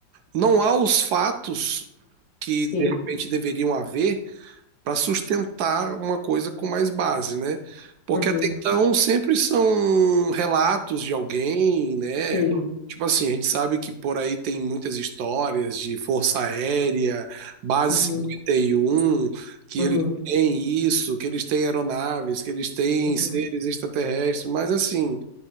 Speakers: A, on the right (about 70°); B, on the left (about 30°).
A: não há os fatos que
B: sim,
A: de repente deveriam haver para sustentar uma coisa com mais base, né? Porque
B: uhum,
A: até então sempre são relatos de alguém, né?
B: sim,
A: Tipo assim, a gente sabe que por aí tem muitas histórias de Força Aérea, Base
B: uhum,
A: 51, que
B: uhum,
A: eles têm isso, que eles têm aeronaves, que eles têm
B: uhum,
A: seres extraterrestres, mas assim,